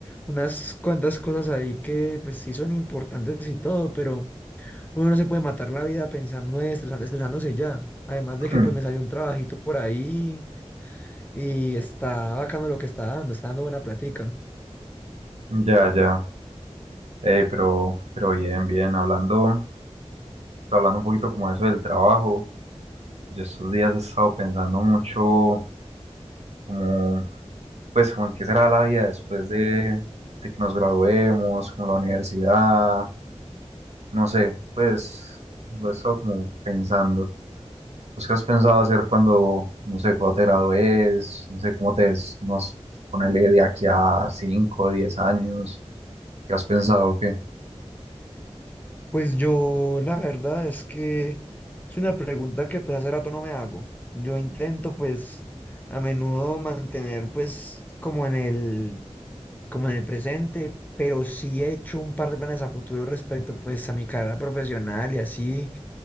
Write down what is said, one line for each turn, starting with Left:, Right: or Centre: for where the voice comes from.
Left: unas cuantas cosas ahí que pues sí son importantes y todo, pero uno no se puede matar la vida pensando en estresan- estresándose ya. Además
Right: <clears throat>
Left: de que pues me salió
Right: <laughs>
Left: un trabajito por ahí Y está bacano lo que está dando, está dando buena platica.
Right: Ya, ya. Hey, pero, pero bien, bien. Hablando, hablando un poquito como eso del trabajo. Yo estos días he estado pensando mucho como, pues, como en qué será la vida después de, de que nos graduemos, como la universidad, no sé, pues, lo he estado como pensando. pues, ¿qué has pensado hacer cuando, no sé, cuando te gradúes? No sé, ¿cómo te ves? Nos ponele de aquí a 5 o 10 años. ¿Qué has pensado? o ¿Qué?
Left: Pues yo, la verdad es que es una pregunta que pues hace rato no me hago. Yo intento pues a menudo mantener pues como en el, como en el presente, pero sí he hecho un par de planes a futuro respecto pues a mi carrera profesional y así.